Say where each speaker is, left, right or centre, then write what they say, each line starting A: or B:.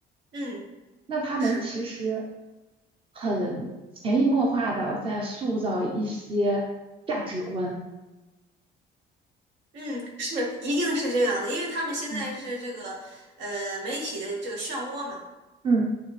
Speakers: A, on the right (about 70°); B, on the right (about 30°).
A: 嗯，
B: 那他们其实
A: 是。
B: 很潜移默化的在塑造一些价值观。
A: 嗯，是，一定是这样的，因为他们现在是这个呃媒体的这个漩涡嘛，
B: 嗯嗯